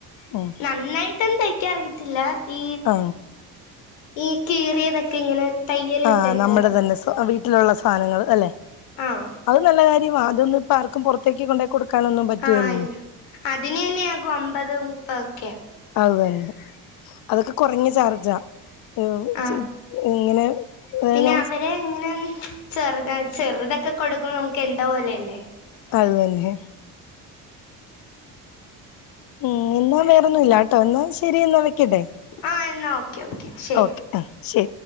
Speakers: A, on the left; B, on the left.
A: ഉം
B: നന്നായിട്ടൊന്നും തയ്ക്കാ അറിയത്തില്ല ഈ
A: ആ
B: ഈ കീറിയതൊക്കെ ഇങ്ങനെ തയ്യല്
A: ആ
B: വിട്ടൊക്കെ
A: നമ്മുടെ തന്നെ സൊ വീട്ടിലുള്ള സാധനങ്ങള് അല്ലെ
B: ആഹ്
A: അത് നല്ല കാര്യമാ അതൊന്ന് പ്പൊ ആർക്കും പുറത്തേക്ക് കൊണ്ടേ കൊടുക്കാനൊന്നും പറ്റികേലല്ലോ
B: ആഹ് ഇല്ല അതിന് തന്നെയാകും അമ്പത് മുപ്പതൊക്കെ
A: അത് തന്നെ അതൊക്കെ കുറഞ്ഞ ചാർജാ ഈ
B: ആഹ്
A: ചി ഇങ്ങനെ അതായത്
B: പിന്നെ അവരെ ഇങ്ങനെ ചെറുത ചെറുതൊക്കെ കൊടുക്കുമ്പോ നമുക്ക് എന്തോ പോലെയല്ലേ
A: അത് തന്നെ ഉം എന്നാ വേറെന്നുല്ലാട്ടോ എന്നാ ശരി എന്നാ വെക്കട്ടെ
B: ആ എന്നാ ഓക്കെ ഓക്കെ ശരി
A: ഓക്കെ ആഹ് ശരി